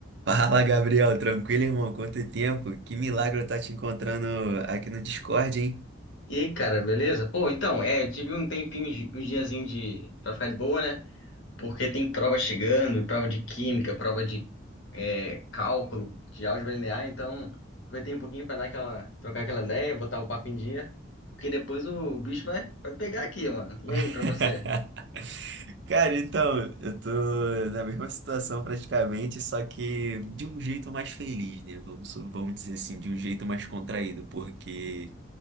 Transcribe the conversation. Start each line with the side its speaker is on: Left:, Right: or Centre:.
Right: Fala, Gabriel. Tranquilo, irmão? Quanto tempo? Que milagre eu tá te encontrando aqui no Discord, hein?
Left: E aí, cara, beleza? Pô, então, é, eu tive um tempinho, de- um diazinho de, pra ficar de boa, né? Porque tem prova chegando, prova de química, prova de é, cálculo, de álgebra linear, então aproveitei um pouquinho pra dar aquela, trocar aquela ideia, botar o papo em dia, porque depois o bicho vai, vai pegar aqui, mano. E
Right: <laughs>
Left: aí, pra você?
Right: Cara, então, eu tô na mesma situação praticamente, só que de um jeito mais feliz, né? Vamos, vamos dizer assim, de um jeito mais contraído, porque